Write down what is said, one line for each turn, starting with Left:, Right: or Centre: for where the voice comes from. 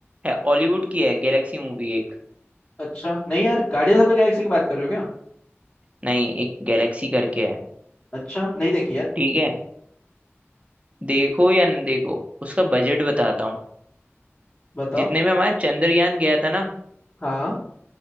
Right: है हॉलीवुड की है गैलेक्सी मूवी एक
Left: अच्छा नहीं यार गार्डियंस ऑफ द गैलेक्सी की बात कर रहे हो क्या
Right: नहीं एक गैलेक्सी करके है
Left: अच्छा नहीं देखी यार
Right: ठीक है देखो या न देखो उसका बजट बताता हूँ
Left: बताओ
Right: जितने में हमारा चंद्रयान गया था ना
Left: हाँ